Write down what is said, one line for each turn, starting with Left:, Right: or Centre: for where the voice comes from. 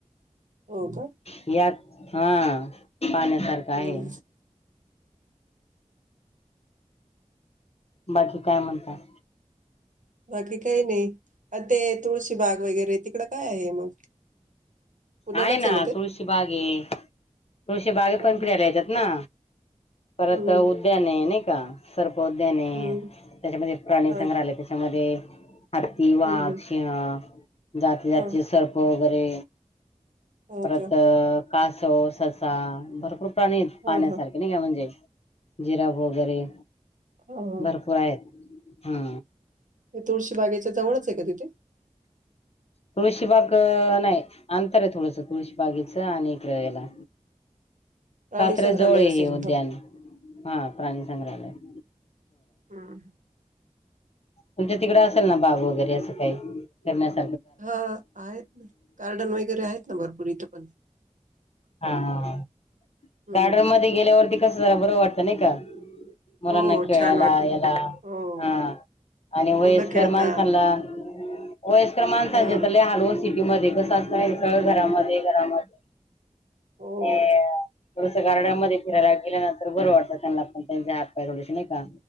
Right: हो काय?
Left: यात हा पाहण्यासारख आहे
Right: हम्म
Left: बाकी काय म्हणतात?
Right: बाकी काही नाही, आ ते तुळशीबाग वगैरे तिकडं काय आहे मग पुण्यालाच
Left: आहेय ना
Right: आहे ते?
Left: तुळशी बाग ये तुळशी बागेत
Right: हां.
Left: पण फिरायला याेतात ना परत
Right: हं,
Left: उद्याने नाही का सर उद्याने
Right: हं.
Left: त्याच्यामध्ये प्राणी
Right: हां
Left: संग्रहालय
Right: का?
Left: त्याच्यामध्ये हत्ती वाघ,
Right: हं, हं.
Left: सिंह, जाती जातीचे
Right: हां.
Left: सर्प वगैरे
Right: हो
Left: परत
Right: का?
Left: कासव ससा भरपूर प्राणी पहाण्यासारखे
Right: हां, हां.
Left: नाही का म्हणजे जिराफ वगैरे
Right: हां, हां.
Left: भरपूर आहेत हा
Right: हे तुळशी बागेच्या जवळच आहे का तिथे?
Left: तुळशीबाग नाही अंतर आहे थोडस तुळशी बागेच आणि इकडे यायला
Right: प्राणी
Left: कात्रज
Right: संग्रहालय
Left: जवळ आहे
Right: असेल.
Left: हे उद्यान
Right: हं.
Left: हा प्राणी संंग्रहालय -
Right: हम्
Left: तुमच्या तिकडे असेल ना बाग वगैरे असं काही करण्यासारखं
Right: हा आहेत गार्डन वगैरे आहेत ना भरपूर इथं पण
Left: हा हा हा
Right: हं.
Left: गार्डन मध्ये गेल्यावरती कसं जरा बरं वाटतं नाही का? मुलांना
Right: हो,
Left: खेळाला
Right: छान वाटतं.
Left: याला
Right: हो.
Left: हा आणि वयस्कर
Right: मुलं खेळता.
Left: माणसांला वयस्कर माणसांचे
Right: हां.
Left: तर लय हाल हो सिटीमध्ये सगळं घरामध्ये घरामध्ये
Right: हो,
Left: आणि थोडसं गार्डन मध्ये फिरांयला गेल्यानंतर बरं वाटतं त्यांना पण त्यांचे हात पाय थोडेसे नाही का